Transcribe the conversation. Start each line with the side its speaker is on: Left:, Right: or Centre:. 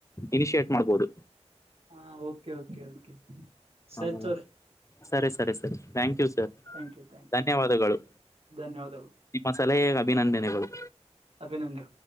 Left: ಇನಿಶಿಯೇಟ್ ಮಾಡ್ಬಹುದು
Right: ಹಾ ಓಕೆ ಓಕೆ ಓಕೆ ಸರಿ
Left: ಹಾ
Right: ತೋರಿ
Left: ಸರಿ ಸರಿ ಸರಿ thank you sir
Right: thank you thank
Left: ಧನ್ಯವಾದಗಳು
Right: you ಧನ್ಯವಾದಗಳು
Left: ನಿಮ್ಮ ಸಲಹೆಗೆ ಅಭಿನಂದನೆಗಳು
Right: ಅಭಿನಂದ